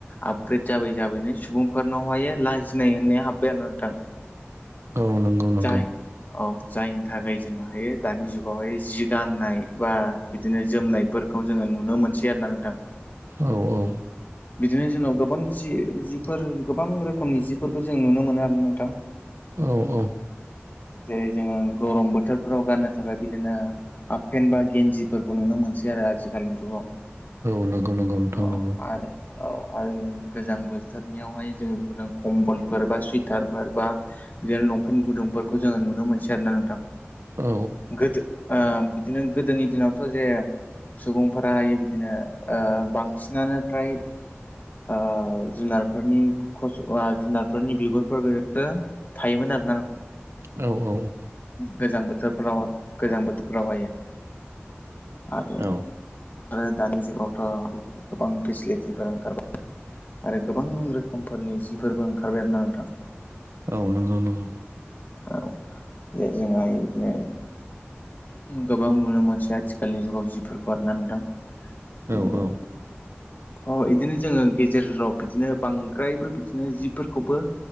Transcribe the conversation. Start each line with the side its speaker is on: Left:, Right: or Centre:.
Left: आपग्रेद जाबै जाबैनो सुबुंफोरनावहाय लाजिनाय होननाया हाबबाय आरो नोंथां।
Right: औ नंगौ नंगौ
Left: जाय
Right: ।
Left: औ जायनि थाखाय जोङो हायो दानि जुगावहाय जि गाननाय बा बिदिनो जोमनाय फोरखौ जोङो नुनो मोनसै आरो ना नोंथां।
Right: औ औ ।
Left: बिदिनो जोंनाव गोबां जि जिफोर गोबां रोखोमनि जिफोरखौ जों नुनो मोनो आरो नोंथां ।
Right: औ औ ।
Left: जेरै जोङो गरम बोथोरफोराव गाननो थाखाय बिदिनो हाफफेन बा गेन्जिफोरखौ नुनो मोनसै आरो आजथखालनि जुगाव
Right: नंगौ नंगौ नोंथां
Left: अ
Right: नंगौ
Left: आरो औ आरो गोजां बोथोरनियावहाय जों कम्बलफोर बा सुइ थार फोरबा जेन लंपेन्ट गुदुंफोरखौ जोङो नुनो मोनसै आरोना नोंथां
Right: औ
Left: गोदो ओ बिदिनो गोदोनि दिनावथ' जे सुबुंफोराहायो बिदिनो ओ बांसिनानो फ्राय ओ जुनारफोरनि' खस आ जुनारफोरनि बिगुरफोर गो थायोमोन आरो
Right: औ औ ।
Left: गोजां बोथोरफोराव गोजां बोथोरफोरावहायो आरो
Right: औ
Left: आरो दानि जुगावथ' गोबां फिसलथिफोर ओंखारबाय। आरो गोबां रोखोमफोरनि जिफोरबो ओंखारबाय आरोना नोंथां।
Right: औ नंगौ नंगौ
Left: औ जे जोंहा इदिनो गोबां नुनो मोनसे आथिखालनि जुगाव जिफोरखौ हरना नोंथां। बिदिनो
Right: औ औ
Left: अ इदिनो जोङो गेजेराव बिदिनो बांद्रायबो बिदिनो जिफोरखौबो